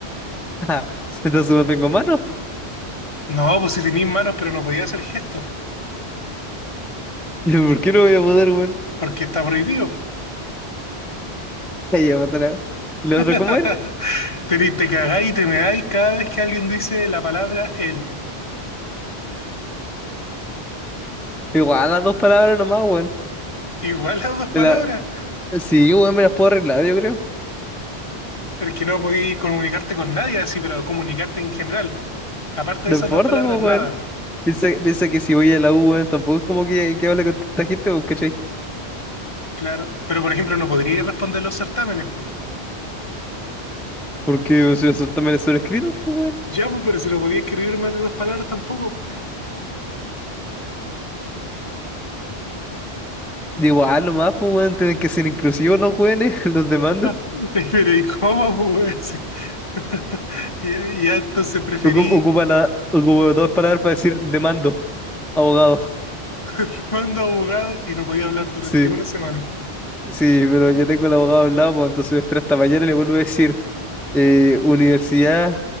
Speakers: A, in the centre; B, on the left (about 30°).
A: <laughs> Ah, entonces no tengo manos,
B: No, pues si tenías manos, pero no podías hacer gestos,
A: <laughs> ¿por qué no voy a poder, weón?
B: porque está prohibido.
A: Ahí ya, puta la- ¿Y la
B: <laughs>
A: otra cómo era?
B: Te, te cagáis y te meáis cada vez que alguien dice la palabra él.
A: Igual las dos palabras nomás, weón.
B: Igual las dos palabras.
A: Me la- Sí, weón, me las puedo arreglar, yo creo.
B: Pero es que no podí comunicarte con nadie así, pero comunicarte en general. Aparte
A: No
B: de esas
A: importa,
B: dos palabras,
A: pues,
B: nada.
A: weón. Piensa, piensa que si voy a la U, weón, tampoco es como que, que hable con tanta gente, pues, ¿cachai?
B: Claro. Pero por ejemplo, no podría responder los certámenes.
A: Porque o sea, eso también es sobrescrito, pues, weón.
B: Ya, pues, pero si no podía escribir más de dos palabras tampoco.
A: Digo, ah, nomás, pues, weón, tienen que ser inclusivos los jóvenes, <laughs> los demandos.
B: <laughs> Pero ¿y cómo, pues? <laughs> Ya, ya, entonces preferí,
A: Ocu- Ocupa, la, ocupa dos palabras para decir demando, abogado.
B: te mando a abogado y no podía hablar durante
A: Sí,
B: una semana.
A: sí, pero ya tengo el abogado al lado, pues, entonces me espero hasta mañana y le vuelvo a decir, eh, universidad,